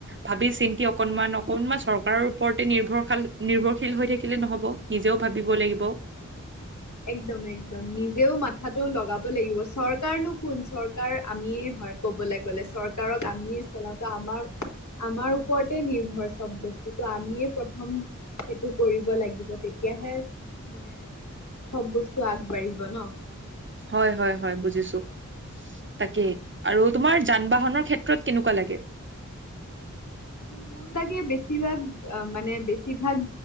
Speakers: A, on the right; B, on the left.
A: ভাবি চিন্তি অকনমান অকনমান চৰকাৰৰ ওপৰতে নিৰ্ভৰশাল নিৰ্ভৰশীল হৈ থাকিলে নহব। নিজেও ভাবিব লাগিব।
B: একদম একদম নিজেও মাথাতো লগাব লাগিব চৰকাৰনো কোন চৰকাৰ আমিয়ে হয়। ক'বলৈ গ'লে চৰকাৰক আমিয়ে চলাওঁতে আমাৰ আমাৰ ওপৰতে নিৰ্ভৰ চব বস্তু ত আমিয়ে প্ৰথম। সেইটো কৰিব লাগিব তেতিয়াহে মানে চব বস্তু আগবাঢ়িব ন।
A: হয় হয় হয় বুজিছো তাকেই
B: অ',
A: আৰু
B: তাকে।
A: তোমাৰ যান বাহনৰ ক্ষেত্ৰ এ কেনেকুৱা লাগে।
B: মোৰ লাগে বেছিভাগ মানে বেছিভাগ